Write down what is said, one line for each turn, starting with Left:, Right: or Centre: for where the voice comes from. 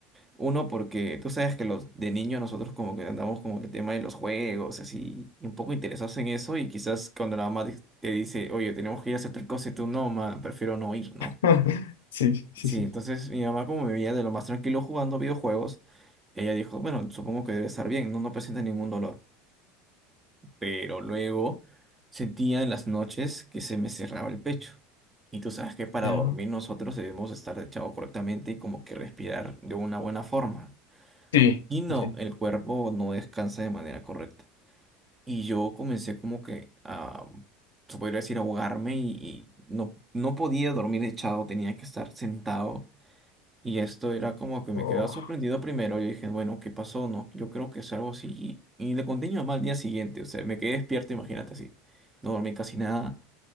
Right: Uno, porque tú sabes que los de niño nosotros como que andamos como que el tema de los juegos, así, y un poco interesados en eso, y quizás cuando la mamá te te dice, oye, tenemos que ir a hacer tal cosa, y tú no, ma, prefiero no ir, ¿no?
Left: <laughs> Sí, sí,
Right: Sí,
Left: sí.
Right: entonces mi mamá como me veía de lo más tranquilo jugando videojuegos, ella dijo, bueno, supongo que debe estar bien, no, no presenta ningún dolor. Pero luego sentía en las noches que se me cerraba el pecho. Y tú sabes que para
Left: Ya.
Right: dormir nosotros debemos estar echados correctamente y como que respirar de una buena forma.
Left: Sí,
Right: Y no,
Left: sí, sí.
Right: el cuerpo no descansa de manera correcta. Y yo comencé como que a, se podría decir, ahogarme y, y no, no podía dormir echado, tenía que estar sentado y esto era como que me
Left: Oh,
Right: quedaba sorprendido primero. Yo dije, bueno, ¿qué pasó? No, yo creo que es algo así. Y le conté a mi mamá al día siguiente. O sea, me quedé despierto, imagínate así. No dormí casi nada.